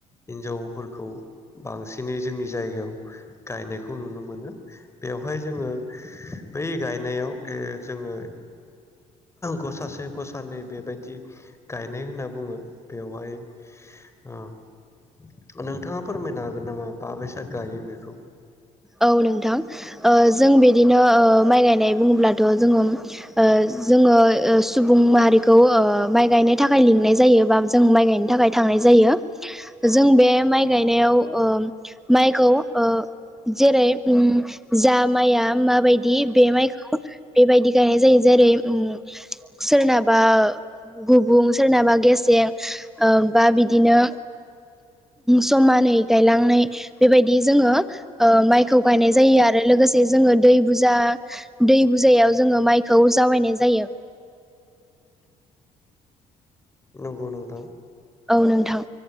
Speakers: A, on the left; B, in the centre.
A: हिनजावफोरखौ बांसिनै जोंनि जायगायाव। गायनायखौ नुनो मोनो बेवहाय जोङो। बै गायनायाव ओ जोङो। गसासे गसानैै बेबायदि गायनाय होनना बुङो। बेवहाय ओ नोंथाङा फोरमायनो हागो गोन नामा बाबैसा गायो बेखौ।
B: औ नोंथां ओ जों बिदिनो ओ माइ गायनाय बुङोब्लाथ ओ जोङो ओ जोङो सुबुं माहारिखौ ओ माइ गायनो थाखाय लिंनाय जायो। बा जों माइ गायनो थाखाय थांनाय जायो जों बे माइ गायनायाव ओ माइखौ ओ जेरै ओम जा माइया माबाय दि बे माइखौ बेबायदि गायनाय जायो जेरै उ सोरनाबा गुबुं सोरनाबा गेसें ओ बा बिदिनो समानै गायलांनाय बेबायदि जोङो ओ माइखौ गायनाय जायो आरो लोगोसे जोङो दै बुजा दै बुजायाव जोङो माइखौ जावायनाय जायो।
A: नंगौ नोंथां
B: औ नोंथां